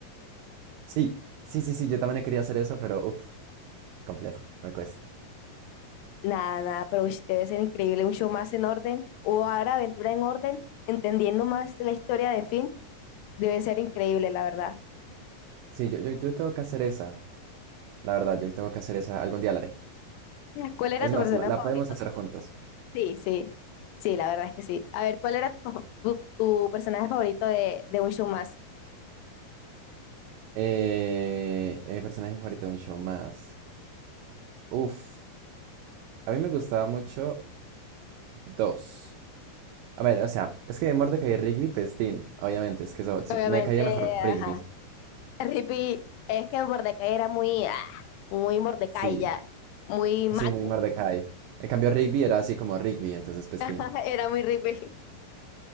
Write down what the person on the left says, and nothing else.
Nada, nada, pero ush, debe ser increíble un show más en orden o ahora Aventura en Orden, entendiendo más la historia de Finn, debe ser increíble, la verdad.
¿Cuál era
tu
personaje
favorito?
de-
Sí, sí, sí, la verdad es que sí. A ver, ¿cuál era tu, pa- tu, tu personaje favorito de, de un show más?
Obviamente,
ajá. <laughs> Rippy, es que Mordecai era muy, ah, muy Mordecai
ya, muy
Maco,
<laughs>
era muy Rippy.